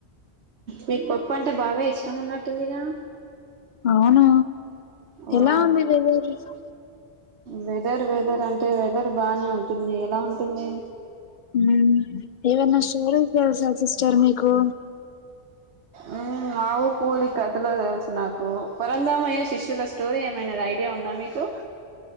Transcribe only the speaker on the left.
అవునా
ఎలా <unintelligible>
మ్మ్ ఏవన్నా స్టోరీ తెల్సా సస్టర్ మీకు